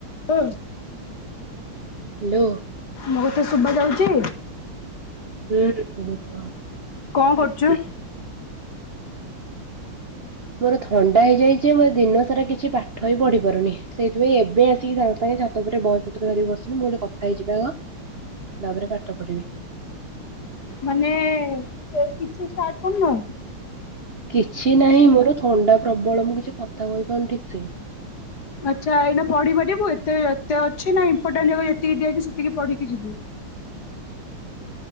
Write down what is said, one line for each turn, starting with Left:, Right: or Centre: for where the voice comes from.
Left: <unintelligible>
Right: Hello.
Left: ମୋ କଥା ଶୁବା ଯାଉଚି
Right: ହୁଁ <unintelligible>
Left: କଣ କରୁଛୁ?
Right: ମୋର ଥଣ୍ଡା ହେଇଯାଇଛି ମୋ ଦିନ ସାରା କିଛି ପାଠ ବି ପଢି ପାରୁନି ସେଇଥିପାଇଁ ଏବେ ଆସିକି ତମ ସାଙ୍ଗେ ପରେ ବହିପୁତ୍ର ଧରିକି ବସିବି ମୁଁ ଗୋଟେ କଥା ହେଇଯିବ ଆ ତାପରେ ପାଠ ପଢିବି
Left: ମାନେ ତୁ ଆଉ କିଛି ଷ୍ଟାର୍ଟ କରିନୁ।
Right: କିଛି ନାହିଁ ମୋର ଥଣ୍ଡା ପ୍ରବଳ ମୁଁ କିଛି କଥା କହିପାରୁନି ଠିକ୍ ସେ
Left: ଆଚ୍ଛା ଏଇନା ପଢି ପାରିବୁ ଏତେ ଏତେ ଅଛି ନା ଇମ୍ପୋର୍ଟାଣ୍ଟ ଯା ଯେତିକି ଦିଆଯାଇଛି ସେତିକି ପଢିକି ଯିବୁ।